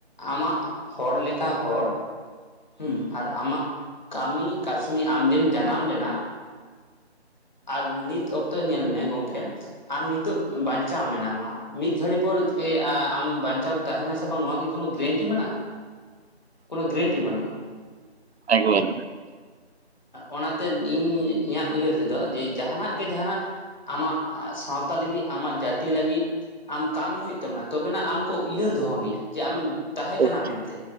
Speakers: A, on the left; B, on the right.
A: ᱟᱢᱟᱜ ᱦᱚᱲ ᱞᱮᱠᱟ ᱦᱚᱲ ᱦᱩᱸ ᱟᱨ ᱟᱢᱟᱜ ᱠᱟᱹᱢᱤ ᱠᱟᱹᱥᱱᱤ ᱟᱢ ᱡᱮᱢ ᱡᱟᱱᱟᱢ ᱞᱮᱱᱟ ᱟᱨ ᱱᱤᱛ ᱚᱠᱛᱚ ᱨᱮ ᱧᱮᱞ ᱢᱮ ᱜᱚᱝᱠᱮ ᱟᱢ ᱱᱤᱛᱚᱜ ᱵᱟᱧᱪᱟᱣ ᱢᱮᱱᱟᱢᱟ ᱢᱤᱫ ᱜᱷᱟᱹᱲᱤ ᱯᱚᱨ ᱮ ᱟ ᱟᱢ ᱵᱟᱧᱪᱟᱣ ᱛᱟᱦᱮᱱᱟ ᱥᱮ ᱵᱟᱝ ᱱᱚᱣᱟ ᱠᱤ ᱠᱳᱱᱳ ᱜᱮᱨᱮᱱᱴᱤ ᱢᱮᱱᱟᱜᱼᱟ, ᱠᱳᱱᱳ ᱜᱮᱨᱮᱱᱴᱤ ᱵᱟᱹᱱᱩᱜ᱾
B: ᱮᱠ ᱵᱟᱨ
A: ᱚᱱᱟᱛᱮ ᱤᱧ ᱤᱧᱟᱹᱜ ᱩᱭᱦᱟᱹᱨ ᱛᱮᱫᱚ ᱡᱮ ᱡᱟᱦᱟᱱᱟᱜ ᱜᱮ ᱡᱟᱦᱟᱱᱟᱜ ᱟᱢᱟᱜ ᱥᱟᱶᱛᱟ ᱞᱟᱹᱜᱤᱫᱜ ᱟᱢᱟᱜ ᱡᱟᱹᱛᱤ ᱞᱟᱹᱜᱤᱜ ᱟᱢ ᱠᱟᱹᱢᱤ ᱦᱩᱭᱩᱜ ᱛᱟᱢᱟ ᱛᱚᱵᱮᱱᱟᱜ ᱟᱢ ᱠᱚ ᱩᱭᱦᱟᱹᱨ ᱫᱚᱦᱚ ᱢᱮᱭᱟ ᱡᱮ ᱟᱢᱮᱢ ᱛᱟᱦᱮᱸ
B: ᱴᱷᱤᱠ
A: ᱠᱟᱱᱟ ᱢᱮᱱᱛᱮ